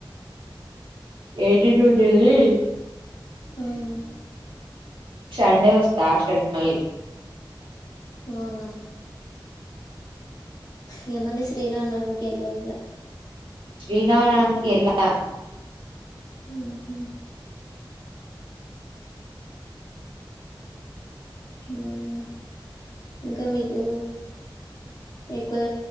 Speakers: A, on the right; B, on the left.
A: ఎయిటీన్ రోజేల్లి
B: మ్మ్
A: సండే వస్తా హాస్టల్ కి మళ్ళీ
B: అవునా ఇగ మళ్ళీ శ్రీరామానవమికి ఎల్లవ్ ఇగ
A: శ్రీరామానవమికి ఎల్లా
B: మ్మహ్ మ్మ్ ఇంకా మీకు ఎక్కువ